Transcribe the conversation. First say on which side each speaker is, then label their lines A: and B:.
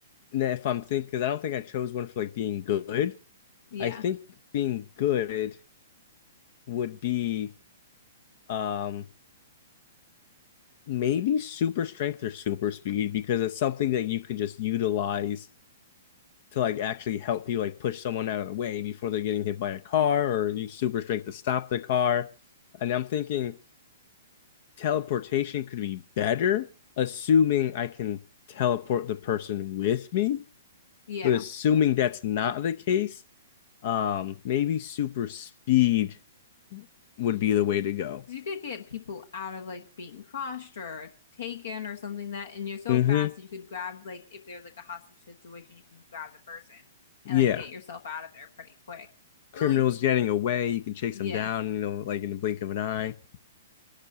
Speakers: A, on the left (about 50°); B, on the left (about 65°).
A: that if I'm thinking, because I don't think I chose one for like being good.
B: yeah.
A: I think being good would be um maybe super strength or super speed because it's something that you can just utilize to like actually help you like push someone out of the way before they're getting hit by a car or use super strength to stop the car. And I'm thinking teleportation could be better, assuming I can teleport the person with me.
B: Yeah.
A: But assuming that's not the case, um, maybe super speed would be the way to go.
B: 'Cause you could get people out of like being crushed or taken or something that and you're so
A: Mm-hmm.
B: fast that you could grab like if there's like a hostage situation you can grab the person and
A: Yeah.
B: like get yourself out of there pretty quick.
A: Criminals
B: So like
A: getting away, you can chase
B: yeah.
A: them down, you know, like in the blink of an eye.